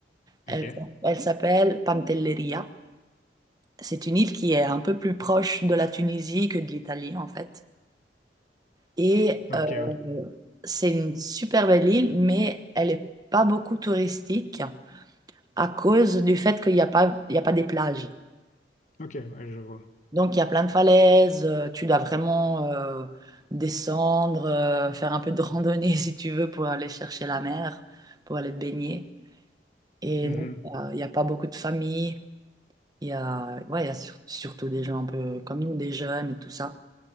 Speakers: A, on the right; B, on the left.
A: Elle,
B: Ok,
A: elle s'appelle Pantelleria. C'est une île qui est un peu plus proche de la Tunisie que de l'Italie, en fait. Et
B: ok,
A: euh,
B: ouais.
A: c'est une super belle île, mais elle n'est pas beaucoup touristique à cause du fait qu'il n'y a pas, il y a pas des plages.
B: Ok, ouais, je vois.
A: Donc, il y a plein de falaises, euh, tu dois vraiment euh, descendre, euh, faire un peu de randonnée <laughs> si tu veux pour aller chercher la mer, pour aller te baigner. Et
B: Mhm.
A: donc, il n'y a pas beaucoup de familles. Il y a, ouais, il y a sur- surtout des gens un peu comme nous, des jeunes et tout ça.